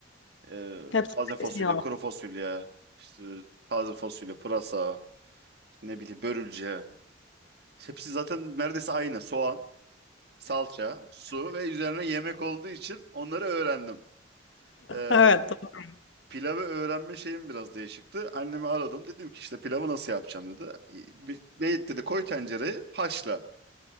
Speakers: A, on the right (about 55°); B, on the left (about 80°).
A: Ee,
B: Hepsi
A: taze fasulye,
B: zeytinyağlı.
A: kuru fasulye, işte taze fasulye, pırasa, işte ne bileyim börülce. Hepsi zaten neredeyse aynı. Soğan, salça, su ve üzerine yemek olduğu için onları öğrendim. Ee,
B: Evet. doğru.
A: Pilavı öğrenme şeyim biraz değişikti. Annemi aradım. Dedim ki işte pilavı nasıl yapacağım dedi. E, bir- Beyit dedi koy tencereyi haşla.